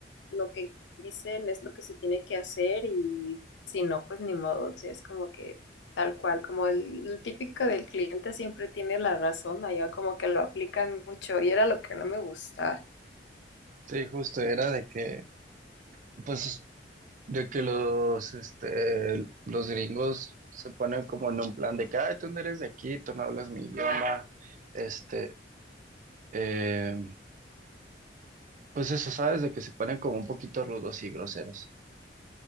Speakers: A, on the left (about 85°); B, on the right (about 45°).
A: lo que dicen es lo que se tiene que hacer y si no, pues ni modo. O sea, es como que tal cual, como el, el típico del cliente siempre tiene la razón, allá como que lo aplican mucho y era lo que no me gustaba.
B: Sí, justo, era de que Pues de que los, este, los gringos se ponen como en un plan de que, "Ay, tú no eres de aquí, tú no hablas mi idioma, este, eh, pues eso, ¿sabes? De que se ponen como un poquito rudos y groseros.